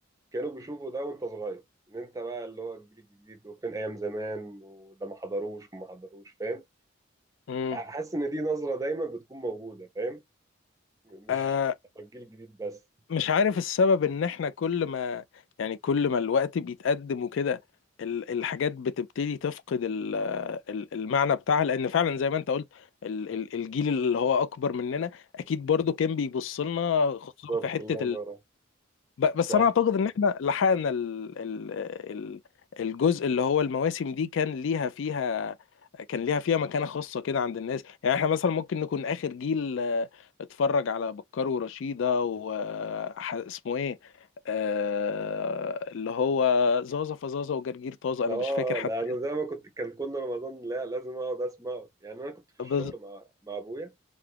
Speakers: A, on the right; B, on the left.
A: كانوا بيشوفوا ده وانت صغير ان انت بقى اللي هو الجيل الجديد وكان ايام زمان وده ما حضروش وما حضروش فاهم
B: مم،
A: حاسس ان دي نظره دايما بتكون موجوده فاهم مش
B: آه،
A: الجيل الجديد بس
B: مش عارف السبب ان احنا كل ما يعني كل ما الوقت بيتقدم وكده ال- الحاجات بتبتدي تفقد ال- ال- المعنى بتاعها لان فعلا زي ما انت قلت ال- ال- الجيل اللي هو اكبر مننا اكيد برضو كان بيبص لنا خصوصا
A: بالظبط
B: في حته
A: الله ينور عليك.
B: ب- بس
A: صح
B: انا اعتقد ان احنا لحقنا ال ال ال الجزء اللي هو المواسم دي كان ليها فيها كان ليها فيها مكانة خاصة كده عند الناس يعني احنا مثلا ممكن نكون اخر جيل آه، اتفرج على بكار ورشيدة واسمه ايه آه، اللي هو زازا فزازا وجرجير طازة انا
A: اه
B: مش فاكر حتى
A: لا انا زي ما كنت كان كل رمضان لا لازم اقعد اسمعه يعني انا كنت في الشغل
B: بز...
A: مع مع ابويا